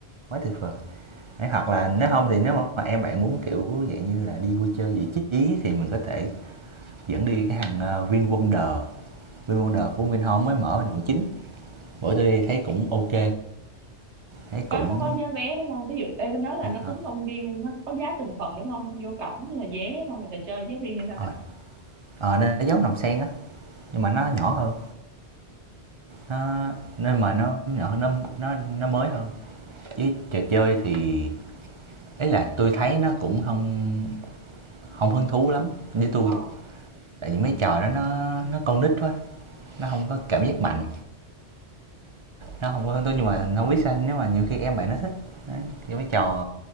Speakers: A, on the right; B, on the right.
A: quá tuyệt vời. Đấy, hoặc là nếu không thì nếu mà em bạn muốn, kiểu, dạng như là, đi vui chơi giải trí thì mình có thể dẫn đi cái hàng ờ, VinWonder VinWonder của Vinhome mới mở bên quận 9, bữa tôi đi thấy cũng ok thấy
B: có
A: cũng
B: nó có giá vé đúng không thí dụ ê bên đó là nó tính
A: hả?
B: công viên nó có giá từng phần đúng không vô cổng là vé xong rồi trò chơi giá riêng hay sao
A: rồi
B: ta
A: ờ nó giống nằm sen á nhưng mà nó nhỏ hơn nó nên mà nó nhỏ hơn nó nó nó mới hơn với trò chơi thì ấy là tôi thấy nó cũng không không hứng thú lắm với tôi
B: ờ
A: tại vì mấy trò đó nó nó con nít quá nó không có cảm giác mạnh nó không có hứng thú nhưng mà không biết sao nếu mà nhiều khi em bạn nó thích Đấy, mấy trò